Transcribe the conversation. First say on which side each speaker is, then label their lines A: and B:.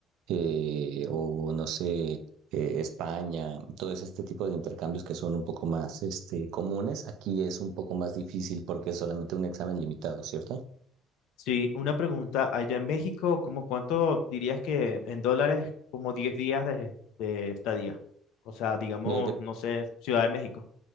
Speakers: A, on the right; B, on the left.
A: eh, o no sé, eh, España, todos este tipo de intercambios que son un poco más este comunes, aquí es un poco más difícil porque es solamente un examen limitado, ¿cierto?
B: sí, una pregunta, allá en México, ¿cómo cuánto dirías que en dólares, como 10 días de, de estadía? O sea, digamos,
A: Eh, de-
B: no sé, Ciudad de México.